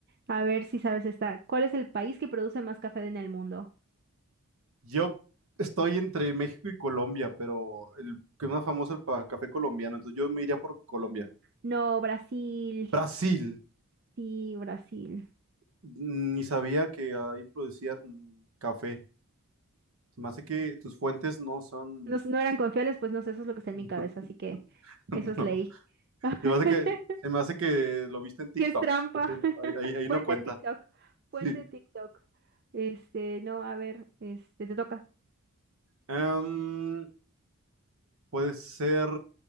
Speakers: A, on the right; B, on the right.
A: A ver si sabes esta. ¿Cuál es el país que produce más café en el mundo?
B: Yo estoy entre México y Colombia, pero el que es más famoso es el pa- café colombiano, entonces yo me iría por Colombia.
A: No, Brasil.
B: Brasil.
A: Sí, Brasil.
B: Ni sabía que ahí producían café. Se me hace que tus fuentes no son...
A: No, s- no eran confiables, pues no sé, eso es lo que está en
B: <laughs>
A: mi cabeza, así que eso es
B: No.
A: ley. <laughs>
B: Se me hace que, se me hace que lo viste en TikTok.
A: ¿Qué es trampa?
B: Ese no-
A: <laughs>
B: Ahí, ahí- ahí
A: Puente
B: no cuenta.
A: TikTok. Puente
B: Sí.
A: TikTok. Este, no, a ver, este, te toca.
B: Em, Puede ser,